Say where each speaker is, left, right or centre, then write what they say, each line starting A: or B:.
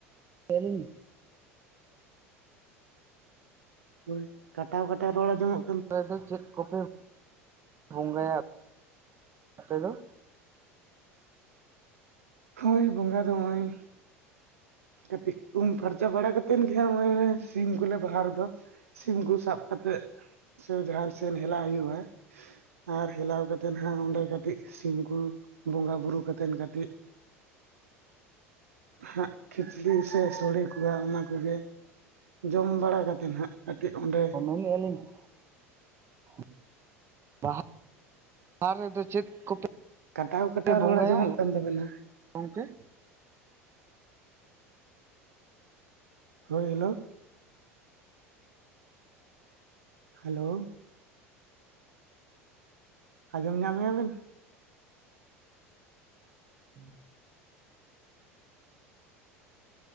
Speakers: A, on the right (about 35°); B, on the right (about 75°).
A: <unintelligible>
B: ᱦᱳᱭ ᱠᱟᱴᱟᱣ ᱠᱟᱴᱟᱣ ᱨᱚᱲ ᱟᱡᱚᱢᱚᱜ
A: ᱟᱯᱮ ᱫᱚ ᱪᱮᱫ ᱠᱚᱯᱮ ᱵᱚᱸᱜᱟᱭᱟ ᱟᱯᱮ ᱫᱚ?
B: ᱦᱳᱭ ᱵᱚᱸᱜᱟ ᱫᱚ ᱦᱚᱸᱜ-ᱚᱭ ᱠᱟᱴᱤᱡ ᱩᱢ ᱯᱷᱟᱨᱪᱟ ᱵᱟᱲᱟ ᱠᱟᱛᱮᱱ ᱜᱮ ᱦᱟᱸᱜ ᱥᱤᱢ ᱠᱚᱞᱮ ᱵᱟᱦᱟ ᱨᱮᱫᱚ ᱥᱤᱢ ᱠᱚ ᱥᱟᱵ ᱠᱟᱛᱮᱫ ᱥᱮ ᱡᱟᱦᱮᱨ ᱥᱮᱱ ᱦᱮᱞᱟᱣ ᱦᱩᱭᱩᱜ-ᱟ᱾ ᱟᱨ ᱦᱮᱞᱟᱣ ᱠᱟᱛᱮᱫ ᱦᱟᱸᱜ ᱚᱸᱰᱮ ᱠᱟᱹᱴᱤᱡ ᱥᱤᱢ ᱠᱚ ᱵᱚᱸᱜᱟ ᱵᱩᱨᱩ ᱠᱟᱛᱮᱫ ᱠᱟᱹᱴᱤᱡ
A: <unintelligible>
B: <unintelligible> ᱠᱷᱤᱪᱲᱤ ᱥᱮ ᱥᱚᱲᱮ ᱠᱚ ᱚᱱᱟ ᱠᱚᱜᱮ ᱡᱚᱢ ᱵᱟᱲᱟ ᱠᱟᱛᱮᱜ ᱦᱟᱸᱜ ᱠᱟᱹᱴᱤᱡ ᱚᱸᱰᱮ
A: <inaudible> ᱵᱟᱦᱟ ᱟ ᱨᱮᱫᱚ ᱪᱮᱫ ᱠᱚᱯᱮ
B: ᱠᱟᱴᱟᱣ ᱠᱟᱴᱟᱣ
A: ᱯᱮ ᱵᱚᱸᱜᱟᱭᱟ?
B: ᱨᱚᱲ ᱟᱸᱡᱚᱢᱚᱜ ᱠᱟᱱ ᱛᱟᱵᱮᱱᱟ
A: ᱜᱚᱝᱠᱮ,
B: ᱦᱳᱭ ᱦᱮᱞᱳ, ᱦᱮᱞᱳ, ᱟᱸᱡᱚᱢ ᱧᱟᱢᱮᱜᱼᱟ ᱵᱤᱱ?
A: <unintelligible>